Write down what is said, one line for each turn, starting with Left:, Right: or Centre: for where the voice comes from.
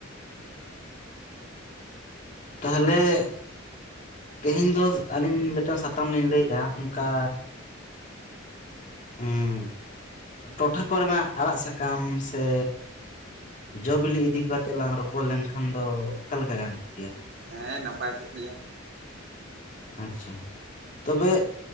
Right: <inaudible>
Left: ᱛᱟᱦᱞᱮ! ᱛᱮᱦᱮᱧ ᱫᱚ ᱟᱹᱞᱤᱧ ᱢᱤᱴᱟᱜ ᱥᱟᱛᱟᱢ ᱞᱤᱧ ᱞᱟᱹᱭᱮᱜᱼᱟ᱾ ᱚᱱᱠᱟ
Right: <inaudible>
Left: ᱦᱩᱸ 'ᱴᱚᱴᱷᱟ ᱠᱚᱨᱮᱱᱟᱜ ᱟᱲᱟᱜ, ᱥᱟᱠᱟᱢ' ᱥᱮ 'ᱡᱚ-ᱵᱤᱞᱤ' ᱤᱫᱤ ᱠᱟᱛᱮᱜ ᱞᱟᱝ ᱨᱚᱯᱚᱲ ᱞᱮᱱᱠᱷᱟᱱ ᱫᱚ ᱚᱠᱟ ᱞᱮᱠᱟ ᱜᱟᱱ ᱠᱚᱜ ᱠᱮᱭᱟ?
Right: ᱦᱮᱸᱻ ᱱᱟᱯᱟᱭ ᱠᱚᱜ ᱜᱮᱭᱟ᱾
Left: ᱟᱪᱪᱷᱟ, ᱛᱚᱵᱮ